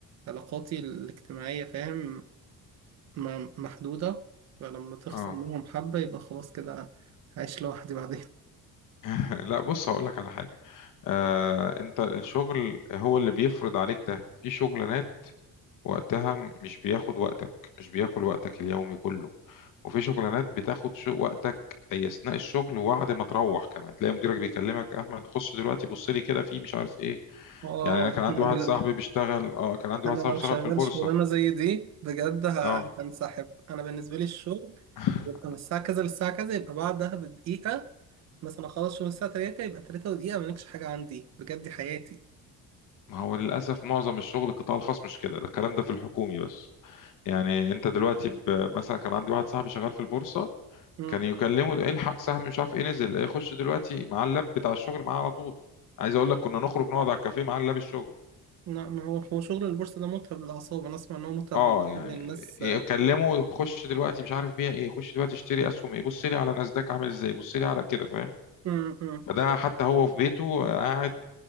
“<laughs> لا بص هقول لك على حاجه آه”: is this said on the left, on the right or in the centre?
Left